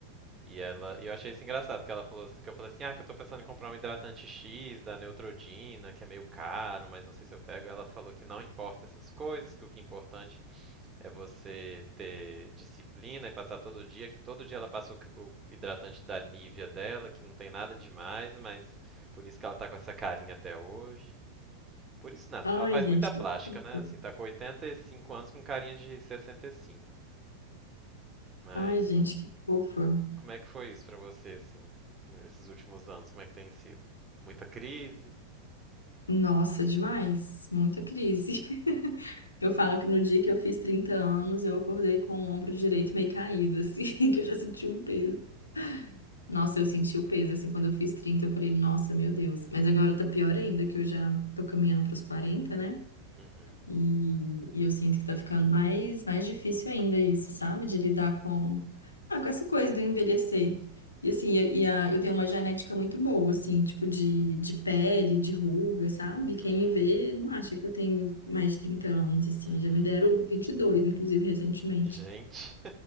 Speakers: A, on the right (about 20°); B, on the left (about 75°).
A: E ela, e eu achei isso engraçado, que ela falou, que eu falei assim, ah, que eu tô pensando em comprar um hidratante X da Neutrodina, que é meio caro, mas não sei se eu pego. Ela falou que não importa essas coisas, que o que é importante é você ter disciplina e passar todo dia, que todo dia ela passa o, c- o hidratante da Nivea dela, que não tem nada demais, mas por isso que ela tá com essa carinha até hoje. Por isso nada,
B: Ai,
A: porque ela faz
B: gente,
A: muita plástica,
B: que
A: né?
B: fofa.
A: Assim, tá com 85 anos com carinha de 65. Mas
B: Ai, gente, que fofa.
A: como é que foi isso pra você, assim, nesses últimos anos? Como é que tem sido? Muita crise?
B: Nossa, demais. Muita crise. <laughs> Eu falo que no dia que eu fiz 30 anos, eu acordei com o ombro direito meio caído, assim, <laughs> que eu já senti um peso. Nossa, eu senti o peso, assim, quando eu fiz 30 eu falei, nossa, meu Deus. Mas agora tá pior ainda, que eu já tô caminhando pros quarenta né?
A: Uhum,
B: E, e eu sinto que tá ficando mais, mais difícil ainda isso, sabe? De lidar com, ah, com essa coisa do envelhecer. E assim, e e a, eu tenho uma genética muito boa, assim, tipo de, de pele, de ruga, sabe? Quem
A: uhum,
B: me vê não acha que eu tenho mais de 30 anos, assim.
A: uhum.
B: Já me deram 22 inclusive, recentemente.
A: <laughs> Gente,